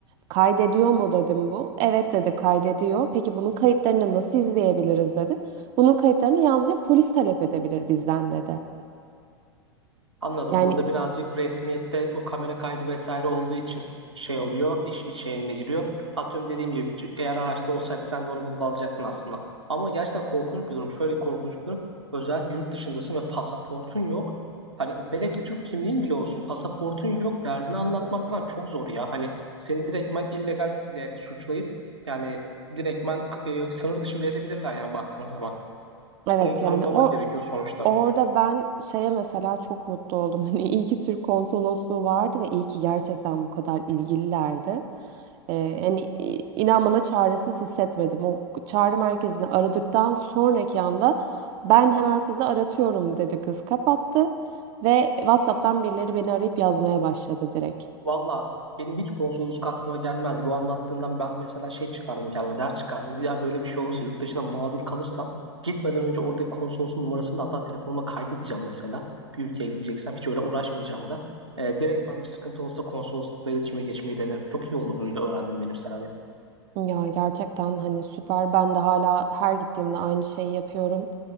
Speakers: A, on the right (about 35°); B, on the right (about 85°).
A: kaydediyor mu dedim bu. Evet dedi kaydediyor. Peki bunun kayıtlarını nasıl izleyebiliriz dedim. Bunun kayıtlarını yalnızca polis talep edebilir bizden dedi.
B: Anladım.
A: Yani
B: Burada birazcık resmiyette o kamera kaydı vesaire olduğu için şey oluyor, iş içeğine giriyor. Atıyorum dediğim gibi c- eğer araçta olsaydı sen de onu bulup alacaktın aslında. Ama gerçekten korkunç bir durum. Şöyle korkunç bir durum. Özellikle yurt dışındasın ve pasaportun yok. Hani velev ki Türk kimliğin bile olsun pasaportun yok derdini anlatmak falan çok zor ya. Hani seni direktmen illegalle suçlayıp yani direktmen e, sınır dışı bile edebilirler yani baktığın zaman.
A: evet
B: Onu tanımlaman
A: yani o
B: gerekiyor sonuçta.
A: Orada ben şeye mesela çok mutlu oldum. <laughs> Hani iyi ki Türk konsolosluğu vardı ve iyi ki gerçekten bu kadar ilgililerdi. Ee, yani i- inan bana çaresiz hissetmedim. O çağrı merkezini aradıktan sonraki anda ben hemen sizi aratıyorum dedi kız kapattı. Ve WhatsApp'tan birileri beni arayıp yazmaya başladı direkt.
B: Valla benim hiç konsolosluk aklıma gelmez. Bu anlattığından ben mesela şey çıkardım kendime, ders çıkardım. Bir daha böyle bir şey olursa yurt dışına mağdur kalırsam gitmeden önce oradaki konsolosun numarasını da hatta telefonuma kaydedeceğim mesela. Bir ülkeye gideceksem hiç öyle uğraşmayacağım da. Ee, direktmen bir sıkıntı olsa konsoloslukla iletişime geçmeyi denerim. Çok iyi oldu bunu da öğrendim benim sana.
A: Ya gerçekten hani süper. Ben de hala her gittiğimde aynı şeyi yapıyorum.